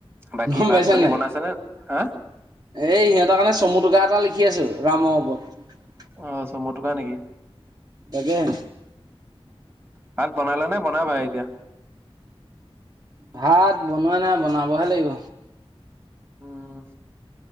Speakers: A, on the right; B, on the right.
A: বাকী
B: গম
A: ভাত
B: পাইছে
A: পানী
B: নাই
A: বনাইছানে হা
B: এই সিহঁতৰ কাৰণে চমু টোকা এটা লিখি আছো ৰামৰ ওপৰত।
A: অ', চমুটোকা নেকি।
B: এাকে <unintelligible>
A: ভাত বনালে নে বনাবাই এতিয়া।
B: ভাত বনোৱা নাই বনাবহে লাগিব।
A: উম